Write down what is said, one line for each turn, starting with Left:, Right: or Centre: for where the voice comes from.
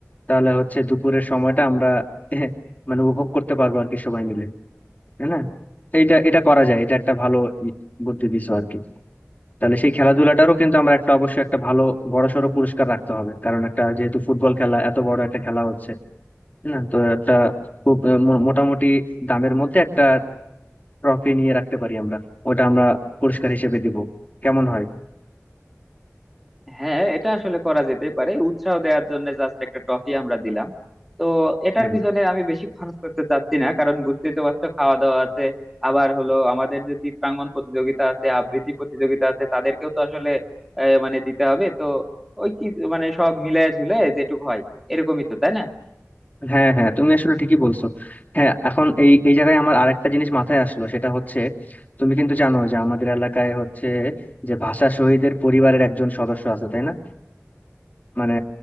Left: তাহলে হচ্ছে দুপুরের সময়টা আমরা <laughs> মানে উপভোগ করতে পারবো আর কি সবাই মিলে তাই না এটা এটা করা যায় এটা একটা ভালো ই- বুদ্ধি দিছো আর কি তাহলে সেই খেলাধুলাটারও কিন্তু আমরা একটা অবশ্যই একটা ভালো বড়সড় পুরস্কার রাখতে হবে কারণ একটা যেহেতু ফুটবল খেলা এত বড় একটা খেলা হচ্ছে তাই না তো একটা খুব আহ, মো- মোটামুটি দামের মধ্যে একটা ট্রফি নিয়ে রাখতে পারি আমরা ওটা আমরা পুরস্কার হিসেবে দিব কেমন হয়
Centre: হ্যাঁ এটা আসলে করা যেতে পারে উৎসাহ দেওয়ার জন্য জাস্ট একটা ট্রফি আমরা দিলাম তো এটার
Left: হ্যাঁ
Centre: পিছনে আমি বেশি খরচ করতে চাচ্ছি না কারণ বুঝতেই তো পারছো খাওয়া দাওয়া আছে আবার হলো আমাদের যে চিত্রাঙ্গন প্রতিযোগিতা আছে আবৃত্তি প্রতিযোগিতা আছে তাদেরকেও তো আসলে আহ, মানে দিতে হবে তো ওই কি মানে সব মিলায় ঝুলে যেটুকু হয় এরকমই তো তাই না
Left: হ্যাঁ হ্যাঁ তুমি আসলে ঠিকই বলছো হ্যাঁ এখন এই এই জায়গায় আমার আরেকটা জিনিস মাথায় আসলো সেটা হচ্ছে তুমি কিন্তু জানো যে আমাদের এলাকায় হচ্ছে যে ভাষা শহীদের পরিবারের একজন সদস্য আছে তাই না মানে